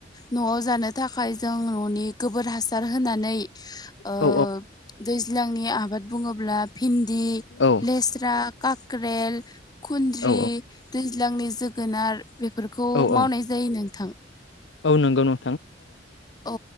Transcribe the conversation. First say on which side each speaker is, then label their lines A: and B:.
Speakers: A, on the left; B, on the left.
A: न'आव जानो थाखाय जों ननि गोबोर हासार होनानै ओ
B: औ
A: दै नि आबाद बुङोब्ला भिन्दि
B: औ
A: लेस्रा काक्रेल खुन्द्रि
B: औ
A: दैज्लांनि जोगोनार बेफोरखौ
B: औ
A: मावनाय
B: औ
A: जायो नोंथां।
B: औ नंगौ नों
A: औ